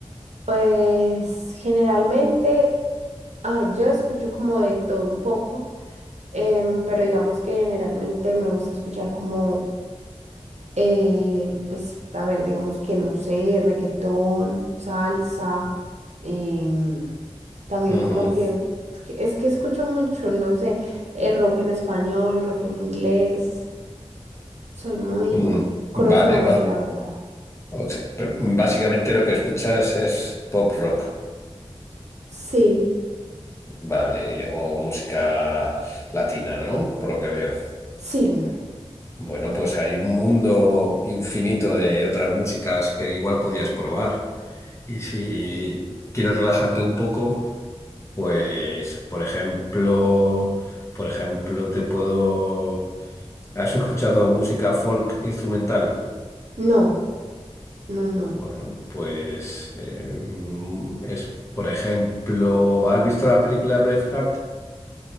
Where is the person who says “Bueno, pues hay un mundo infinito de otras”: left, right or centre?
Left